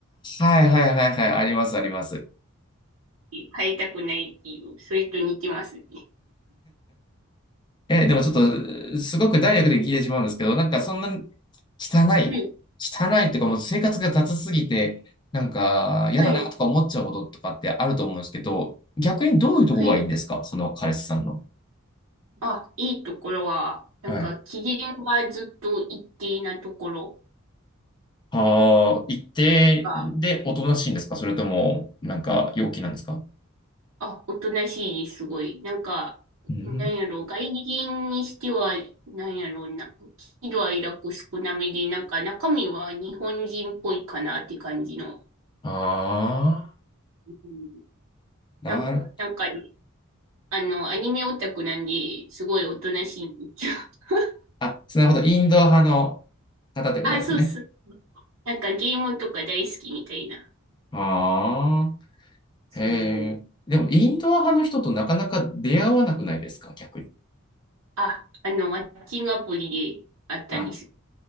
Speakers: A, on the left (about 20°); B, on the right (about 70°).
A: はいはいはいはい、ありますあります。
B: に変えたくないっていう、それと似てますね。
A: え、でもちょっと、すごくダイレクトに聞いてしまうんですけど、なんかそんな汚い。
B: はい。
A: 汚いっていうか、もう生活が雑すぎて、なんか、嫌だなとか思っちゃうこととかってあると思うんですけど、
B: はい。
A: 逆にどういうとこがいいんですかその彼氏さんの。
B: はい。あ、いいところは、なんか、
A: はい。
B: 機嫌がずっと一定なところ
A: ああ、一定でおとなしいんですかそれとも、
B: が、
A: なんか、陽気なんですか
B: あ、おとなしいです、すごい。なんか、
A: うん。
B: なんやろう、外人にしては、なんやろうな、喜怒哀楽少なめで、なんか中身は日本人っぽいかなって感じの。
A: ああ、
B: うん
A: なる、
B: なんなんかね、あの、アニメオタクなんで、すごいおとなしいんですよ。<laughs>
A: あ、なるほど。インドア派の方ってことですね。
B: あ、そうそう。なんかゲームとか大好きみたいな。
A: ああ、
B: そう。
A: へえ。でも、インドア派の人となかなか出会わなくないですか逆に。
B: あ、あの、マッチングアプリであったんです。
A: あ